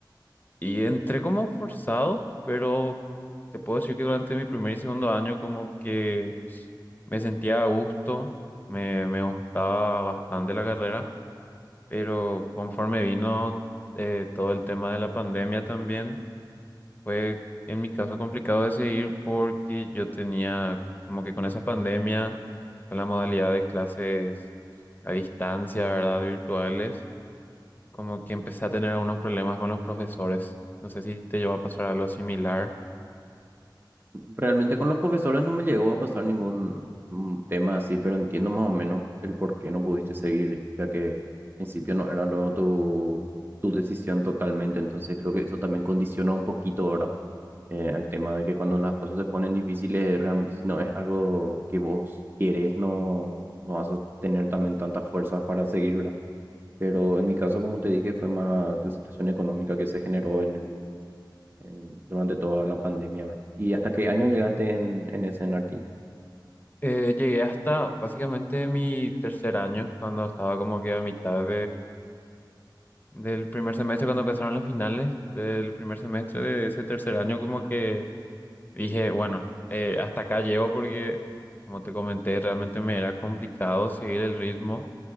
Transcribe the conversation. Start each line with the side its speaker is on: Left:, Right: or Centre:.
Left: Y entré como forzado, pero te puedo decir que durante mi primer y segundo año como que me sentía a gusto, me, me gustaba bastante la carrera pero conforme vino eh, todo el tema de la pandemia también, fue en mi caso complicado decidir porque yo tenía como que con esa pandemia, con la modalidad de clases a distancia, ¿verdad? Virtuales, como que empecé a tener algunos problemas con los profesores. No sé si te lleva a pasar algo similar.
Right: Realmente con los profesores no me llegó a pasar ningún mm, tema así, pero entiendo más o menos el por qué no pudiste seguir, ya que en principio no era luego tu, tu decisión totalmente, entonces creo que eso también condiciona un poquito, ¿verdad? Eh, al tema de que cuando las cosas se ponen difíciles, realmente si no es algo que vos quieres, no, no vas a tener también tantas fuerzas para seguir, ¿verdad? Pero en mi caso, como te dije, fue más la situación económica que se generó en el, en- durante toda la pandemia, ¿verdad? ¿Y hasta qué año llegaste en, en ese aquí?
Left: Eh, llegué hasta básicamente mi tercer año, cuando estaba como que a mitad del primer semestre, cuando empezaron las finales del primer semestre de ese tercer año, como que dije, bueno, eh, hasta acá llego porque, como te comenté, realmente me era complicado seguir el ritmo